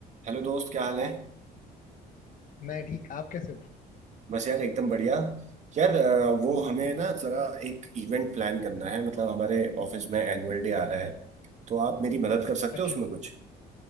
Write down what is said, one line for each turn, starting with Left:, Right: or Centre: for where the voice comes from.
Right: Hello दोस्त क्या हाल है
Left: मैं ठीक आप कैसे हो
Right: बस यार एकदम बढ़िया यार अ, वो हमें ना जरा एक इवेंट प्लान करना है मतलब हमारे ऑफिस में एनुअल डे आ रहा है तो आप मेरी मदद कर सकते
Left: अच्छा
Right: हो उसमें
Left: अच्छा
Right: कुछ